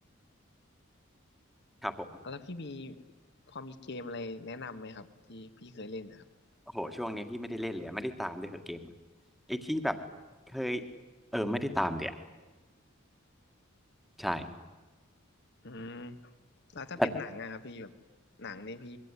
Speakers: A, in the centre; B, on the left (about 55°).
A: ครับผม
B: แล้วพี่มีพอมีเกมอะไรแนะนำไหมครับที่พี่เคยเล่นนะครับ
A: โอ้โหช่วงนี้พี่ไม่ได้เล่นเลยอะไม่ได้ตามด้วยเหรอะเกมอะไอ้ที่แบบเคยเออไม่ได้ตามเดี๋ยอะใช่
B: อืมแล้วถ้าเป็นหนังอะครับพี่แบบหนังนี่พี่
A: แต่